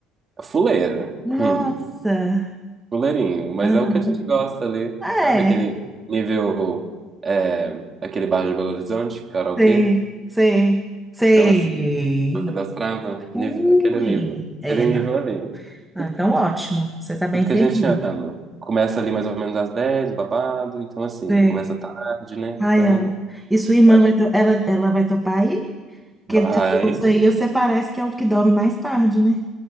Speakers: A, on the right (about 25°); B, in the centre.
A: fuleira.
B: Nossa.
A: Hum. Goleirinho, mas
B: Aham.
A: é o que a gente gosta ali,
B: É,
A: sabe? Aquele nível, é, aquele bairro de Belo Horizonte, karaokê.
B: sei, sei, sei.
A: Então, assim, Toca das Trava,
B: Ui,
A: nível, aquele nível,
B: é,
A: aquele nível
B: não.
A: ali.
B: Ah,
A: Tudo,
B: então,
A: que-
B: ótimo. Você está bem
A: tudo
B: servido.
A: que a gente ama. Começa ali mais ou menos às 10, o babado, então, assim,
B: Sei.
A: começa tarde, né?
B: Ai,
A: Então,
B: amo. E sua irmã
A: acho
B: vai, to- ela, ela vai topar aí? Porque
A: que vai,
B: de todos aí, você parece que é o que dorme mais tarde, né?